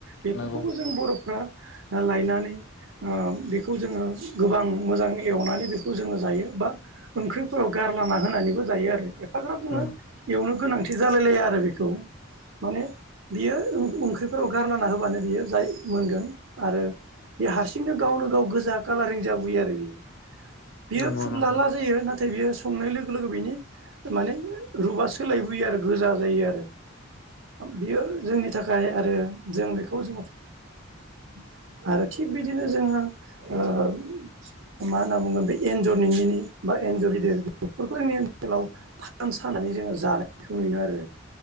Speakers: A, on the right; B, on the left.
A: बेफोरखौबो
B: नंगौ
A: जों बर'फ्रा लायनानै ओ बेखौ जोङो गोबां मोजां एवनानै बेखौ जोङो जायो बा ओंख्रिफोराव गारलाना होनानैबो जायो आरो एफाग्राब जोङो
B: उम
A: एवनो गोनांथि जालायलाया आरो बेखौ माने बियो ओंख्रिफोराव गारलाना होबानो बियो जाय मोनगोन आरो बे हारसिंनो गावनो गाव गोजा कालारिं जाबोयो आरो बियो बेयो
B: नंगौ
A: फुद्लाला
B: नंगौ
A: जायो नाथाय बियो संनाय लोगो लोगो बिनि माने रुपा सोलायबोयो आरो गोजा जायो आरो <unintelligible> आरो थिग बिदिनो जोंहा ओ मा होनना बुगोन बे एन्जर निंगिनि बा एनजर गिदिर बेफोरखौ जोंनि ओनसोलाव फान सानानै जोङो जानायखौ नुयो आरो